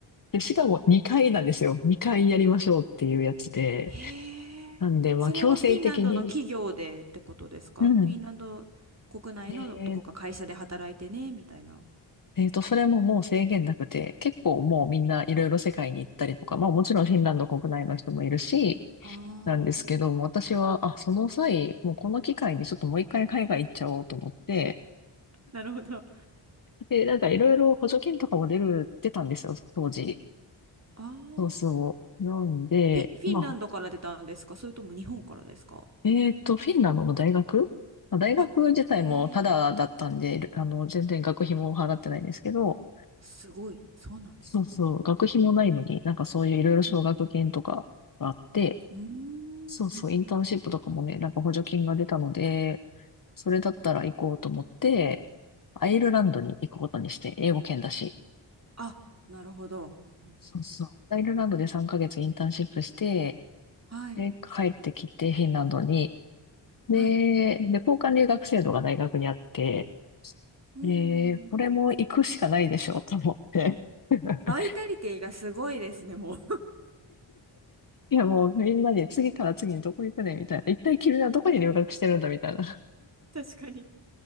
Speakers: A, on the left; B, on the right.
A: で、しかも2回なんですよ。2回やりましょうっていうやつで。
B: へえ。
A: なんで、まあ強制的に。
B: それはフィンランドの企業でってことですかフィンランド国内のどこか会社で働いてね、
A: うん。えー
B: みたいな。
A: えーと、それももう制限なくて、結構もうみんないろいろ世界に行ったりとか、まあもちろんフィンランド国内の人もいるし、
B: ああ。
A: なんですけども、私は、あ、その際、もうこの機会にちょっともう一回海外行っちゃおうと思って、
B: なるほど。あ
A: で、なんかいろいろ補助金とかも出る、出たんですよ、当時。
B: あ。
A: そうそう。なんで、
B: フィ、フィンランドから出たんですかそれとも日本からですか
A: まあ、えっと、フィンランドの大学まあ大学自体もタダだったんで、
B: あ、へえ、
A: あの、全然学費も払ってないんですけど、
B: すごい。そうなんですね。
A: そうそう、学費もないのに、
B: うん
A: なんかそういういろいろ奨学金とかがあって、
B: うんうん
A: そうそう、
B: うんうん
A: インターンシップとかもね、なんか補助金が出たので、それだったら行こうと思って、アイルランドに行くことにして、英語圏だし。
B: あ、なるほど。うん
A: そうそう。アイルランドで3ヶ月インターンシップして、
B: はい。
A: で、帰ってきてフィンランドに。で、
B: はい。
A: で、交換留学制度が大学にあって、
B: うん。
A: で、これも行くしかないでしょうと思って。<laughs>
B: バイタリティがすごいですね、もう。
A: いやもうみんなに次から次にどこ行くねみたいな。一体君はどこに留学してるんだみたいな。
B: <laughs> うん確かに。